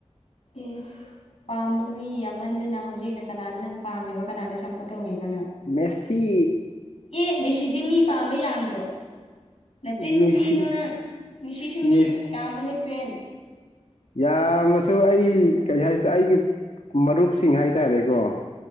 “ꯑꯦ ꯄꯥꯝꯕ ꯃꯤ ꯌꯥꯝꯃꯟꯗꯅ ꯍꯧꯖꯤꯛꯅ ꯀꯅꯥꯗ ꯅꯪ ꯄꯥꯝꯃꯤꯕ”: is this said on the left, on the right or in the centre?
Left